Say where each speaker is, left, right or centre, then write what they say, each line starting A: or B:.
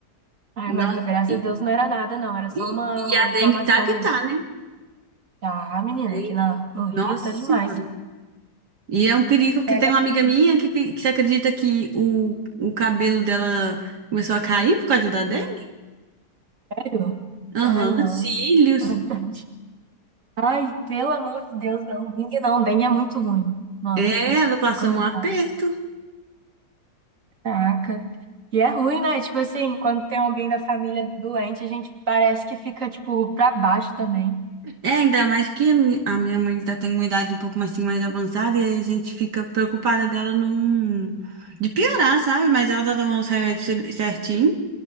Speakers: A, on the right; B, on the right.
A: Ai,
B: Nossa,
A: mas no- graças
B: e,
A: a Deus não era nada, não. Era só
B: e,
A: uma,
B: e
A: uma
B: a
A: inflamação
B: dengue tá que tá, né?
A: Tá, menina,
B: É,
A: aqui na, no Rio
B: Nossa
A: tá demais.
B: Senhora. E é um perigo, porque
A: Mas
B: tem
A: é
B: uma amiga minha que, fi- que acredita que o, o cabelo dela começou a cair por causa da dengue?
A: melhor.
B: Aham,
A: Ai, não.
B: cílios.
A: <laughs> Ai, tadinho. Ai, pelo amor de Deus, não. Dengue não, dengue é muito ruim. Nossa,
B: É,
A: sem,
B: ela passou
A: sem comentar.
B: um aperto.
A: Caraca. E é ruim, né? Tipo assim, quando tem alguém da família doente, a gente parece que fica, tipo, pra baixo também.
B: É, ainda mais que a minha, a minha mãe ainda tem uma idade um pouco mais, assim, mais avançada e aí a gente fica preocupada dela não... de piorar, sabe? Mas ela tá tomando os remédios cer- certinho.